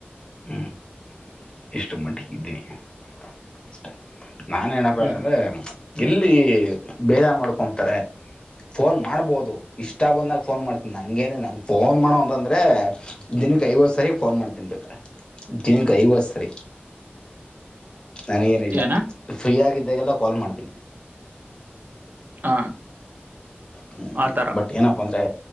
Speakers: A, on the left; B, on the right.
A: ಹ್ಮ್ ಇಷ್ಟು ಮಟ್ಟಿಗೆ ಇದ್ದೀನಿ ಅಷ್ಟೆ. ನಾನು ಏನಪ್ಪ
B: ಹ್ಮ್
A: ಹೇಳ ಅಂದ್ರೆ. ಎಲ್ಲಿ ಬೇಜಾರ ಮಾಡ್ಕೊತಾರೆ ಫೋನ್ ಮಾಡ್ಬಹದ. ಇಷ್ಟ ಬಂದಾಗ ಫೋನ್ ಮಾಡ್ತನ್ ನಂಗ ಏನು ನಂಗ ಫೋನ್ ಮಾಡೋ ಅಂತ ಅಂದ್ರೆ ದಿನಕ್ಕೆ ಐವತ್ ಸರಿ ಫೋನ್ ಮಾಡ್ತನ್ ಬೇಕಾರೆ ದಿನಕ್ಕೆ ಐವತ್ ಸರಿ. ನನಗೇನಿಲ್ಲ
B: ಏನ
A: ಫ್ರೀ ಆಗ ಇದಾಗಲ್ಲ ಕಾಲ್ ಮಾಡ್ತೀನಿ.
B: ಹ
A: ಹ್ಮ
B: ಆತರ
A: ಬಟ್ ಏನಪ್ಪ ಅಂದ್ರೆ.